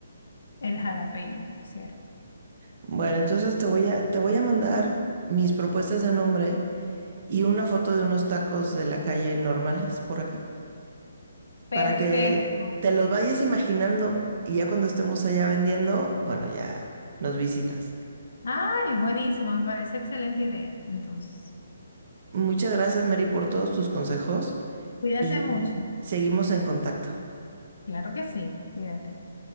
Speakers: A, on the left; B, on the right.
A: El jalapeño, ¿cierto?
B: Bueno, entonces te voy a, te voy a mandar mis propuestas de nombre y una foto de unos tacos de la calle normales por acá.
A: Perfecto.
B: para que te los vayas imaginando y ya cuando estemos allá vendiendo, bueno, ya nos visitas.
A: Ay, buenísimo. Me parece excelente idea. Entonces,
B: Muchas gracias, Mary, por todos tus consejos
A: cuídate
B: y
A: mucho.
B: seguimos en contacto.
A: Claro que sí. Cuídate.